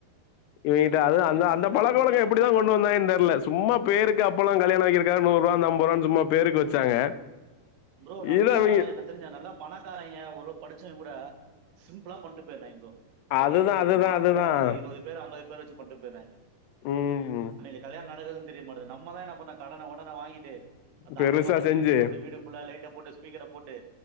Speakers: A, on the left; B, on the right.
A: இவிட்ட
B: எதுக்கு?
A: அது அந்த
B: எனக்கு
A: பழக்கங்க
B: தெரிஞ்சு
A: எப்படிதா
B: ஆமா.
A: கொண்டு வந்தாயனு தெரியல சும்மா பேருக்கு அப்போல்லா கல்யாண ஆக்கிருக்காரு நூறு ரூபா ஐம்பது ரூவா சும்மா பேருக்கு வச்சாங்க
B: ப்ரோ நல்லா
A: இதை அவங்க
B: என்ன தெரிஞ்ச நல்லா பணக்காரங்க ஒரளவு படிச் ச்சவங்க கூட சிம்புளா பண்ட்டு போய்றாங்க ப்ரோ
A: அதுதான்
B: எதாவது ஒரு
A: அதுதான்
B: நார்மலா
A: அதுதான்
B: ஒரு இருவது பேர் ஐம்பது பேர வச்சு பண்டு போய்டுறாங்க
A: ம்
B: ஆனா இந்த கல்யாண நடக்கது தெரியமாட்டாது நம்ம தா என்ன பண்ண கடன உடன வாங்கிட்டு அப்ப
A: பெருசா
B: அக்கம்பக்கோ
A: செஞ்சு
B: தெரியனு சொல்லிட்டு வீடு லைட்ட போட்டு ஸ்பீக்கர போட்டு